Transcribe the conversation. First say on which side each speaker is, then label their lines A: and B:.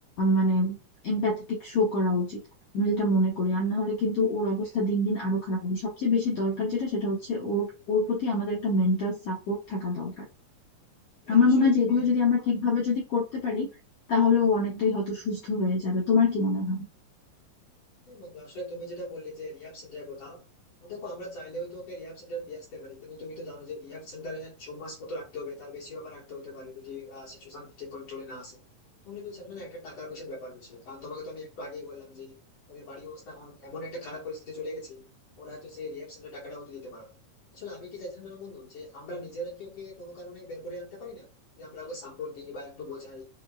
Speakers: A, on the left (about 75°); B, on the left (about 55°).
A: মানে এমপ্যাথেটিক শো করা উচিত আমি যেটা মনে করি আর না হলে কিন্তু ওর অবস্থা
B: হ্যাঁ
A: দিন দিন আরো খারাপ হবে সবচেয়ে বেশি দরকার যেটা সেটা হচ্ছে ওর ওর প্রতি আমাদের একটা মেন্টাল সাপোর্ট থাকা দরকার
B: হ্যাঁ,
A: আমার
B: আসলে
A: মনে হয় যে
B: তুমি
A: এগুলো যদি আমরা ঠিকভাবে যদি করতে পারি তাহলে ও অনেকটাই হয়তো সুস্থ হয়ে যাবে তোমার কি মনে হয়
B: হ্যাঁ বন্ধু আসলে তুমি যেটা বললে যে রিহাব সেন্টারের কথা দেখো আমরা চাইলেও তো ওকে রিহাব সেন্টারে দিয়ে আসতে পারি কিন্তু তুমি তো জানো যে রিহাব সেন্টারে ছ মাস মতো রাখতে হবে তার বেশিও আবার রাখতে হতে পারে যদি সিচুয়েশন ঠিক কন্ট্রোলে না আসে তাহলে তো সেখানে না একটা টাকার পয়সার ব্যাপার রয়েছে কারণ তোমাকে তো আমি একটু আগেই বললাম যে ওদের বাড়ির অবস্থা এখন এমন একটা খারাপ পরিস্থিতি চলে গেছে ওরা হয়তো সেই রিহাব সেন্টার টাকাটা ওদের দিতে পারবে না। আসলে আমি কি চাইছিলাম জানো বন্ধু যে আমরা নিজেরা কি ওকে কোনো কারণে বের করে আনতে পারি না যে আমরা ওকে সাপোর্ট দিই বা একটু বোঝাই